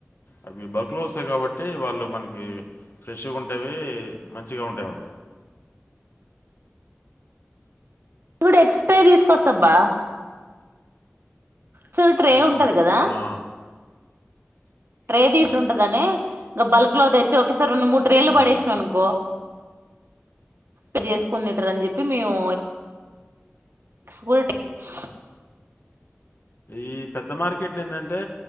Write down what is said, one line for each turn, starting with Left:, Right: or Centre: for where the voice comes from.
Left: అవి బక్లు వస్తాయి కాబట్టి వాళ్ళు మనకి ఫ్రెష్గా ఉంటేవి మంచిగా ఉంటాయి
Right: కూడా ఎక్స్ట్రాయ తీసుకొస్తాబ్బా సార్ ట్రే
Left: ఆ!
Right: ఉంటది కదా
Left: ఆ!
Right: తేదట్టుండ ని ఇం బల్క్ లో తెచ్చి ఒకేసారి రెండు మూడు ట్రేలు
Left: హ్మ్.
Right: పడేసినా అనుకో ఇది చేసుకునిట్టారు అని చెప్పి మేము స్కూల్స్
Left: ఈ పెద్ద మార్కెట్లు ఏంటంటే